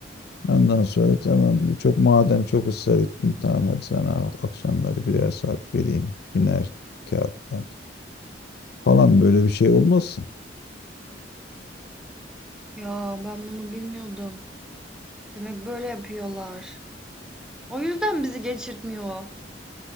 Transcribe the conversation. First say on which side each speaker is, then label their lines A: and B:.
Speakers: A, on the left; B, in the centre.
A: Ondan sonra tamam çok madem çok ısrar ettin tamam hadi sana akşamları birer saat vereyim biner kağıttan falan böyle bir şey olmasın.
B: Ya ben bunu bilmiyordum. Demek böyle yapıyorlar. O yüzden bizi geçirtmiyor. o.